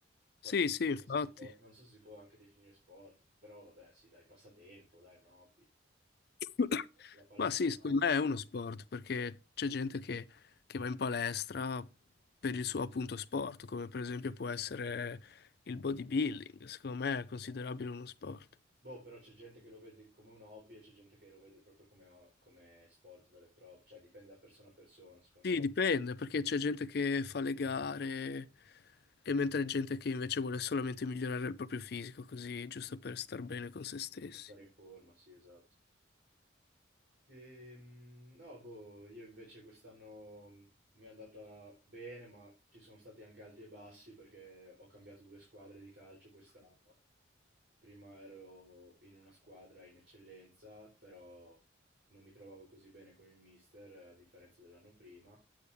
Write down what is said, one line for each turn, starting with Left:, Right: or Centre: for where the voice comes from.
Right: Poi
Left: Sì, sì,
Right: non
Left: infatti.
Right: so se si può, non so se si può anche definire sport, però vabbè, sì, dai, passatempo, dai, un hobby.
Left: <coughs>
Right: La palestra
Left: Ma sì,
Right: è un
Left: secondo
Right: hobby.
Left: me è uno sport, perché c'è gente che, che va in palestra per il suo appunto sport, come per esempio può essere il bodybuilding, secondo me è considerabile uno sport.
Right: Boh, però c'è gente che lo vede come un hobby e c'è gente che lo vede proprio come, come sport vero e proprio, cioè dipende da persona a persona, secondo
Left: Sì,
Right: me,
Left: dipende, perché c'è gente che fa le gare e mentre gente che invece vuole solamente migliorare il proprio fisico, così giusto per star bene con se stessi.
Right: per stare in forma, sì, esatto. Ehm, no, boh, io invece quest'anno mh, mi è andata bene, ma ci sono stati anche alti e bassi perché ho cambiato due squadre di calcio quest'anno Prima ero in una squadra in eccellenza, però non mi trovavo così bene con il mister, eh, a differenza dell'anno prima,